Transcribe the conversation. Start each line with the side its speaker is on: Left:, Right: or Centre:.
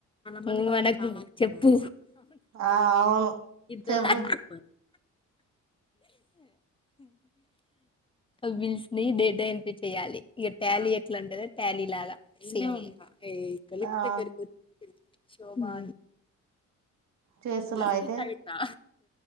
Left: ము అనకు చెప్పు
Right: ఆ అవును
Left: ఇద్దరనని
Right: చెప్పు
Left: చెప్ప అ బిల్స్ ని డేటా చెయ్యాలి ఇక ట్యాలీ ఎట్లంటదే ట్యాలీ లాగా ఈన్నే ఉంటా ఈ కలిక్
Right: ఆ
Left: దగ్గిర్కొచ్చి షోబాన్
Right: చేస్తున్నావు
Left: లెఫ్ట్
Right: అయితే
Left: సైటా